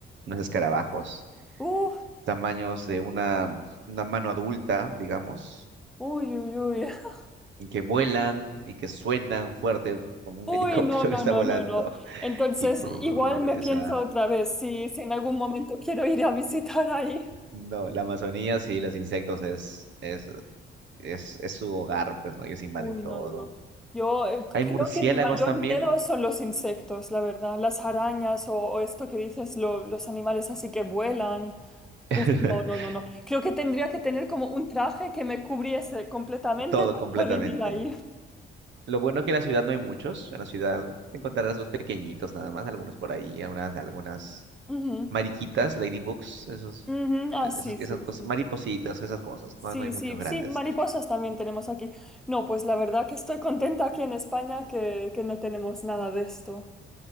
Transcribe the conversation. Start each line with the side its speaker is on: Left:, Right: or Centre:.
Right: unos escarabajos,
Centre: uff,
Right: tamaños de una, una mano adulta, digamos,
Centre: uy, uy, uy. <laughs>
Right: y que vuelan y que suenan fuerte como un
Centre: Uy,
Right: helicóptero
Centre: no, no,
Right: <laughs> que está
Centre: no,
Right: volando.
Centre: no, no. Entonces,
Right: Y brrr,
Centre: igual me pienso
Right: o sea,
Centre: otra vez si, si en algún momento <laughs> quiero ir a visitar ahí.
Right: No, la Amazonía sí, los insectos es, es, es, es su hogar, pues, ¿no? Ellos invaden
Centre: Uy,
Right: todo.
Centre: no, no, no. Yo eh, creo
Right: Hay murciélagos
Centre: que mi mayor
Right: también,
Centre: miedo son los insectos, la verdad. Las arañas o, o esto que dices, lo- los animales así que vuelan. Uf,
Right: <laughs>
Centre: no, no, no, no. Creo que tendría que tener como un traje que me cubriese completamente
Right: todo
Centre: para
Right: completamente.
Centre: poder ir ahí.
Right: Lo bueno es que en la ciudad no hay muchos. En la ciudad encontrarás los pequeñitos nada más, algunos por ahí, algunas, algunas
Centre: Ujú,
Right: mariquitas, ladybugs, esos,
Centre: ujú. Ah,
Right: e-,
Centre: sí,
Right: esas, esas
Centre: sí,
Right: cosas,
Centre: sí.
Right: maripositas, esas cosas.
Centre: Sí,
Right: No, no hay muchos
Centre: sí,
Right: grandes.
Centre: sí, mariposas también tenemos aquí. No, pues la verdad que estoy contenta aquí en España que, que no tenemos nada de esto.